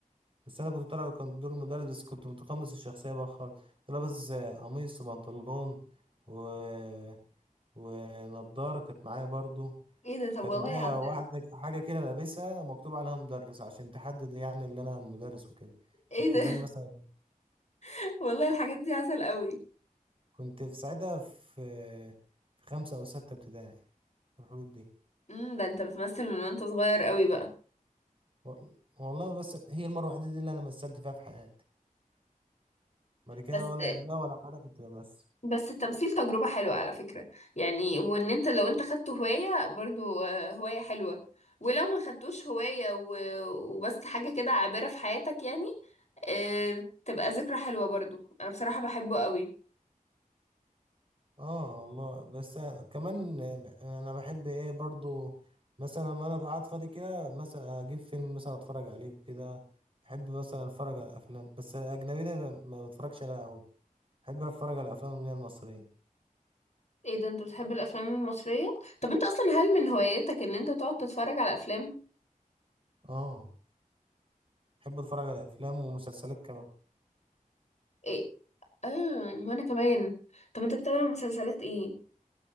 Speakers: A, on the right; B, on the left.
A: بس انا كنت طالع كان دور مدرس بس كنت متقمص الشخصيه بقى خالص كنت لابس آه، قميص وبنطلون و... ونضاره كانت معايا برضو
B: ايه ده طب
A: كانت
B: والله
A: معايا
B: عسل
A: واحده حاجه كده لابسها مكتوب عليها مدرس عشان تحدد يعني اللي انا مدرس وكده عشان
B: ايه
A: تبان
B: ده
A: مثلا
B: <laughs> والله الحاجات دي عسل قوي
A: كنت في ساعتها في في خمسة أو ستة ابتدائي في الحدود دي
B: امم ده انت بتمثل من وانت صغير قوي بقى
A: و- والله بس هي المرة الوحيدة دي اللي أنا مثلت فيها في حياتي بعد كده
B: بس
A: ولا قبلها ولا بعدها كنت بمثل
B: بس التمثيل تجربة حلوة على فكرة يعني وان انت لو انت خدته هواية برضو آه، هواية حلوة ولو ما خدتوش هواية و- وبس حاجة كده عابرة في حياتك يعني آه، تبقى ذكرى حلوة برضو انا بصراحة بحبه قوي
A: اه والله بس كمان أنا بحب إيه برضو مثلا لما أنا بقعد فاضي كده مثلا أجيب فيلم مثلا أتفرج عليه كده بحب مثلا أتفرج على أفلام بس الأجنبية ب- ما بتفرجش عليها أوي بحب أتفرج على الأفلام اللي هي المصرية
B: ايه ده انت بتحب الافلام المصرية طب انت اصلا هل من هواياتك ان انت تقعد تتفرج على افلام
A: اه بحب أتفرج على أفلام ومسلسلات كمان
B: ايه اه وانا كمان طب انت بتتابع مسلسلات ايه